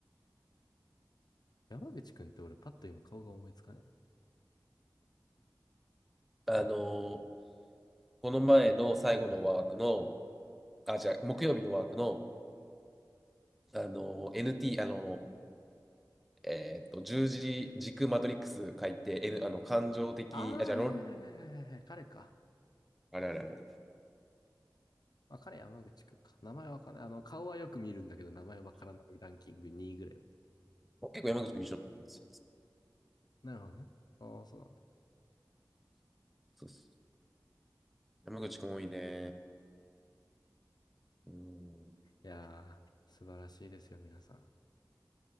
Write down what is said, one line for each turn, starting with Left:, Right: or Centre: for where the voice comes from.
Left: 山口くんって俺パッと今顔が思いつかねえな。
Centre: あのーこの前の最後のワークの、あ、じゃ木曜日のワークの、あのー NT、あのーえーっと、十字軸マトリックス書いて、N、あの、感情的、
Left: ああ、
Centre: あ、じゃあ論、
Left: はいはいはいはいはい彼か。
Centre: あれあれあれあれ。
Left: まあ、彼山口くんか。名前わかんない。あの、顔はよく見るんだけど、名前わからないランキング2位ぐらいだった。
Centre: 結構山口くん一緒なんです。
Left: なるほどね。ああ、そうなんだ。
Centre: そうっす山口くん多いね。うん。
Left: いやー、素晴らしいですよ、皆さん。